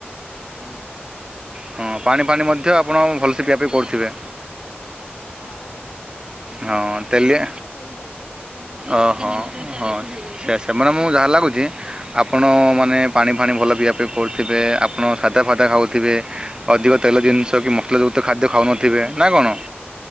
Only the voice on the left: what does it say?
ହୁଁ।
ହେଲା
ହଁ। ଦିନକୁ
ଚାରି
ଲିଟର ହେଇଯାଉଚି, ତିନି ଲିଟର
ଚାରି ଲିଟର ହେଇଯାଉଚି।
ହୁଁ